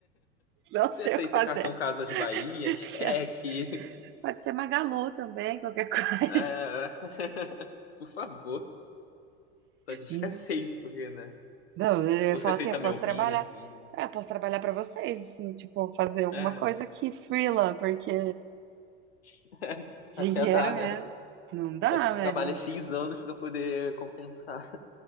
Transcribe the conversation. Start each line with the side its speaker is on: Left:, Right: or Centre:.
Right: não
Left: Você
Right: sei
Left: aceita
Right: o que fazer.
Left: cartão Casas Bahia,
Right: <laughs>
Left: cheque?
Right: Pode ser Magalu também, qualquer <laughs> coisa.
Left: Ah, <laughs> Por favor, só diz
Right: Hum.
Left: que aceito, porque, né?
Right: Não, eu
Left: Ou
Right: falo
Left: você aceita
Right: assim, eu
Left: meu
Right: posso
Left: rim,
Right: trabalhar.
Left: assim, né?
Right: É, eu posso trabalhar pra vocês, assim, tipo, fazer alguma
Left: É,
Right: coisa que freela, porque
Left: <laughs>
Right: dinheiro
Left: até dá,
Right: é.
Left: né?
Right: Não dá,
Left: Aí Você
Right: velho.
Left: trabalha
Right: não-
Left: X anos pra poder compensar.